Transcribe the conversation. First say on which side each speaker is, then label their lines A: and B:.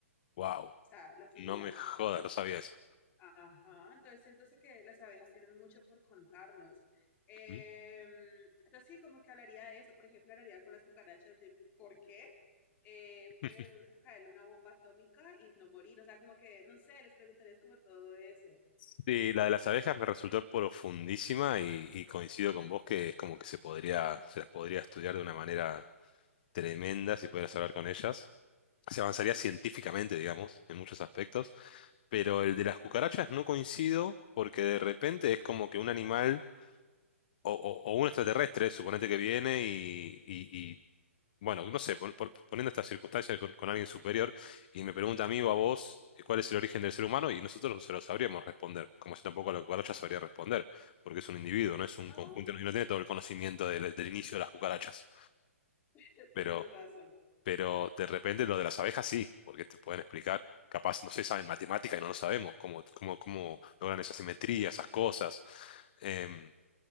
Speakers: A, on the left; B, on the left.
A: Wow,
B: o sea, la figura.
A: no me jodas, no sabía eso.
B: Ajá, entonces siento que las abejas tienen mucho por contarnos. Eh,
A: Ujú.
B: entonces sí, como que hablaría de eso, por ejemplo, hablaría con las cucarachas de por qué eh, puedes
A: <laughs>
B: caerle una bomba atómica y no morir, o sea, como que, no sé, les preguntarías como todo eso.
A: Sí, la de las abejas me resultó profundísima y, y coincido con vos que es como que se podría, se las podría estudiar de una manera tremenda si pudieras hablar con ellas. Se avanzaría científicamente, digamos, en muchos aspectos. pero el
B: Ajá,
A: de las cucarachas no coincido porque de repente es como que un animal o, o- o un extraterrestre, suponete que viene y, y- y, bueno, no sé, pon- pon- poniendo esta circunstancia con, con alguien superior y me pregunta a mí o a vos eh, cuál es el origen del ser humano y nosotros no se lo sabríamos responder, como yo tampoco la cucaracha sabría responder, porque es un individuo, no es un
B: Ah,
A: conjunto no, y no tiene todo el conocimiento del, del inicio de las cucarachas.
B: <laughs>
A: Pero
B: tienes razón.
A: pero de repente lo de las abejas sí, porque te pueden explicar, capaz, no sé, saben matemática y no lo sabemos, cómo, cómo, cómo logran esa simetría, esas cosas.
B: Sí.
A: Em,